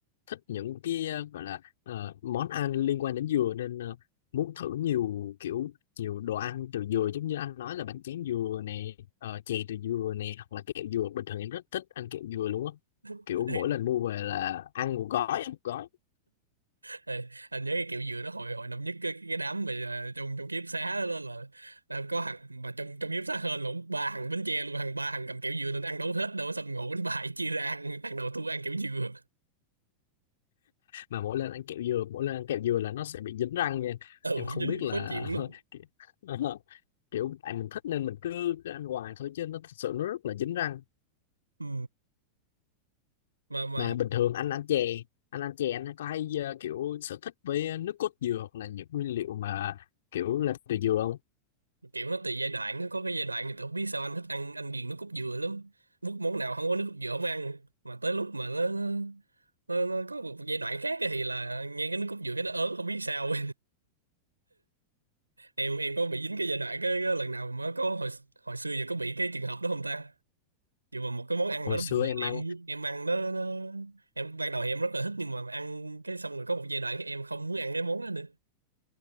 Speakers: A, on the left (about 60°); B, on the right (about 80°).
A: thích những cái ờ, gọi là ờ, món ăn liên quan đến dừa nên ờ, muốn thử nhiều kiểu nhiều đồ ăn từ dừa giống như anh nói là bánh tráng dừa nè ờ, chè từ dừa nè hoặc là kẹo dừa bình thường em rất thích ăn kẹo dừa luôn á
B: <laughs>
A: kiểu mỗi lần mua về là ăn một gói ăn một gói
B: Ê, anh nhớ cái kiểu dừa đó hồi hồi năm nhất cái, cái đám mà ờ, trong trong ký túc xá đó là là có thằng mà trong trong ký túc xá hên lộn ba thằng bánh tre luôn thằng ba thằng cầm kẹo dừa nên ăn đâu hết đâu xong ngộ bánh bài <laughs> chia ra ăn thằng đầu thua ăn kẹo dừa
A: mà mỗi lần ăn kẹo dừa mỗi lần ăn kẹo dừa là nó sẽ bị dính răng nha
B: ừ
A: em không
B: dính
A: biết là
B: khó chịu
A: <laughs>
B: lắm
A: ki- ờ, kiểu tại mình thích nên mình cứ, cứ ăn hoài thôi chứ nó thật sự nó rất là dính răng
B: ừ. mà mà
A: mà bình thường anh ăn chè anh ăn chè anh có hay ờ, kiểu sở thích với nước cốt dừa hoặc là những nguyên liệu mà kiểu làm từ dừa không
B: kiểu nó tùy giai đoạn á, có cái giai đoạn thì tôi không biết sao anh thích ăn anh ghiền nước cốt dừa lắm bút món nào không có nước cốt dừa không ăn mà tới lúc mà nó nó, nó, nó có một giai đoạn khác á thì là nghe cái nước cốt dừa cái nó ớn không biết sao em em có bị dính cái giai đoạn cái, cái lần nào mà có hồi hồi xưa giờ có bị cái trường hợp đó không ta dù mà một cái món ăn
A: hồi
B: đó
A: xưa
B: bình thường
A: em
B: em
A: ăn
B: em ăn nó, nó em ban đầu thì em rất là thích nhưng mà ăn cái xong rồi có một giai đoạn cái em không muốn ăn cái món đó nữa